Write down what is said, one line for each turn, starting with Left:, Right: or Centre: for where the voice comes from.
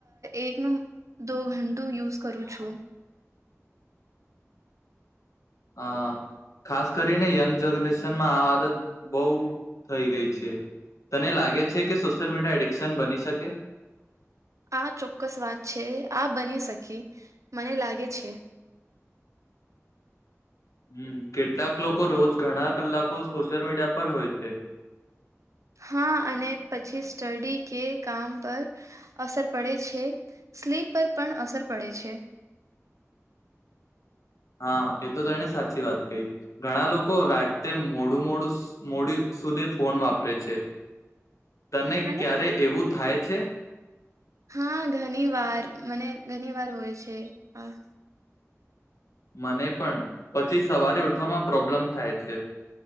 Right: એકનું દો ઘંટું યુઝ કરું છું.
Left: હા, ખાસ કરીને યંગ જનરેશનમાં આ આદત બહુ થઈ ગઈ છે તને લાગે છે કે સોશિયલ મીડિયા એડિક્શન બની શકે?
Right: આ ચોક્કસ વાત છે, આ બની શકી. મને લાગે છે.
Left: હમ કેટલાક લોકો રોજ ઘણા કલાકો સોશિયલ મીડિયા પર હોય છે.
Right: હા, અને પછી સ્ટડી કે કામ પર અસર પડે છે. સ્લીપ પર પણ અસર પડે છે.
Left: હા એ તો તેણે સાચી વાત કહી. ઘણા લોકો રાતે મોડું મોડું મોડી સુધી ફોન વાપરે છે. તને
Right: અને
Left: ક્યારે એવું થાય છે?
Right: હા, ઘની વાર, મને ઘની વાર હોય છે આ.
Left: મને પણ. પછી સવારે ઉઠવામાં પ્રોબ્લેમ થાય છે.